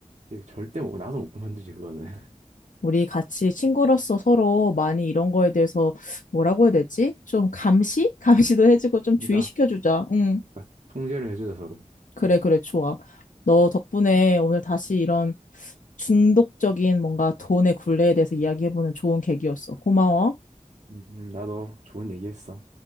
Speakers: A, on the right; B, on the left.
A: 이거 절대 못, 나서 못 그만두지, 그거는. <laughs>
B: 우리 같이 친구로서 서로 많이 이런 거에 대해서 뭐라고 해야 되지? 좀 감시? <laughs> 감시도 해주고 좀
A: 그러니까
B: 주의시켜주자. 응.
A: 그러니까 통제를 해주자 서로.
B: 그래,
A: 음.
B: 그래, 좋아. 너 덕분에 오늘 다시 이런 중독적인 뭔가 돈의 굴레에 대해서 이야기해보는 좋은 계기였어. 고마워.
A: 음, 나도 좋은 얘기했어.